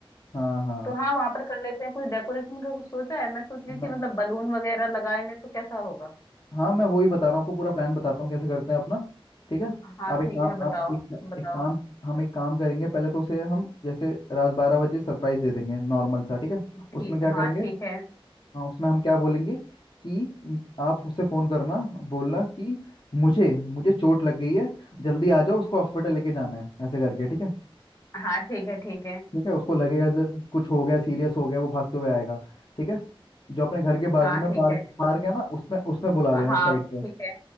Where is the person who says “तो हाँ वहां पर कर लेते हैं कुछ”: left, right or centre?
Left